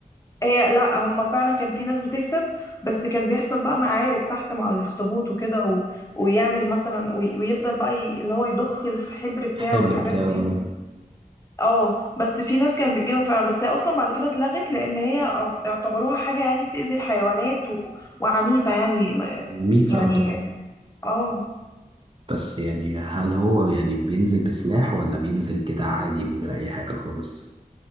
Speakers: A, on the left (about 20°); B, on the right (about 35°).
A: هي لا هم فعلا كان في ناس بتكسب بس كان بيحصل بقى معارك تحت مع الأخطبوط وكده و... ويعمل مثلا وي... ويفضل بقى ي... اللي هو يضخ الحبر بتاعه
B: حبر
A: والحاجات
B: بتاع
A: دي
B: ده
A: اه بس في ناس كانت بتجيبها فعلا بس هي اصلا بعد كده اتلغت لان هي اع- اعتبروها حاجه يعني بتأذي الحيوانات و... وعنيفه يعني م-
B: ميتة
A: يعني
B: اه طبعا
A: اه
B: بس يعني هل هو يعني بينزل بسلاح ولا بينزل كده عادي من غير اي حاجة خالص